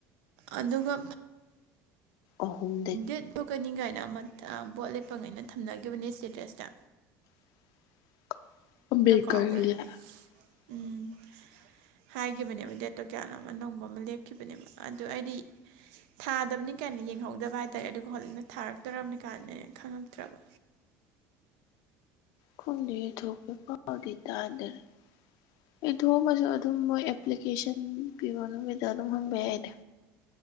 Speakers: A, on the right; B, on the left.
A: ꯑꯗꯨꯒ
B: ꯑꯍꯨꯝꯗꯒꯤ
A: ꯗꯦꯠ ꯊꯣꯛꯀꯅꯤ ꯀꯥꯏꯅ ꯑꯃ ꯕꯣꯠ ꯂꯦꯞꯄ ꯉꯩꯅ ꯊꯝꯅꯈꯤꯕꯅꯦ ꯏꯁꯇꯦꯗ꯭ꯔꯦꯁꯇ
B: <unintelligible>
A: ꯀꯥꯎꯈ꯭ꯔꯦ ꯎꯝ ꯍꯥꯏꯈꯤꯕꯅꯦꯕ ꯗꯦꯠꯇꯣ ꯀꯌꯥꯅꯣ ꯑꯃ ꯑꯅꯧꯕ ꯑꯃ ꯂꯦꯞꯈꯤꯕꯅꯦꯕ ꯑꯗ ꯑꯩꯗꯤ ꯊꯥꯗꯕꯅꯤ ꯀꯥꯏꯅ ꯌꯦꯡꯍꯧꯗꯕ ꯍꯥꯏꯇꯥꯔꯦ ꯑꯗꯨꯒ ꯍꯣꯔꯟꯅ ꯊꯥꯔꯛꯇꯕꯅꯤ ꯀꯥꯏꯅ ꯈꯪꯉꯛꯇ꯭ꯔꯕ
B: ꯈꯪꯗꯦ ꯌꯩꯊꯣꯛꯄꯩ ꯄꯥꯎꯗꯤ ꯇꯥꯗꯔ ꯦ ꯑꯩ ꯊꯣꯡꯉꯁꯨ ꯑꯗꯨꯝ ꯃꯣꯏ ꯑꯦꯄ꯭ꯂꯤꯀꯦꯁꯟ ꯄꯤꯕ ꯅꯨꯃꯤꯠꯇ ꯑꯗꯨꯝ ꯍꯪꯕ ꯌꯥꯏꯅꯦ